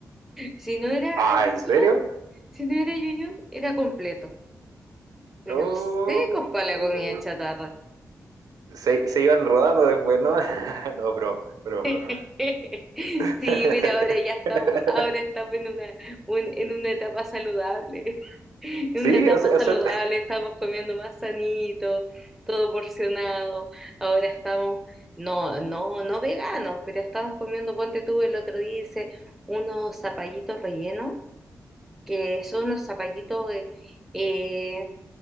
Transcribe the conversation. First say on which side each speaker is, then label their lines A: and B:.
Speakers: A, in the centre; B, on the right.
A: Si no era
B: Ah,
A: a Yuyún,
B: ¿en serio?
A: si no era Yuyún, era completo. Pero
B: Oh.
A: secos para la comida chatarra.
B: Se, se iban rodando después, ¿no? <laughs> No, broma, broma,
A: <laughs>
B: broma. <laughs>
A: Sí, mira, ahora ya estamos, ahora estamos en una, un- en una etapa saludable. <laughs> En
B: Sí,
A: una etapa
B: o sea,
A: saludable,
B: o sea,
A: estamos comiendo más sanito, todo porcionado. Ahora estamos, no, no, no veganos, pero estamos comiendo, ponte tú, el otro día hice unos zapallitos rellenos, que son unos zapallitos eh, eh,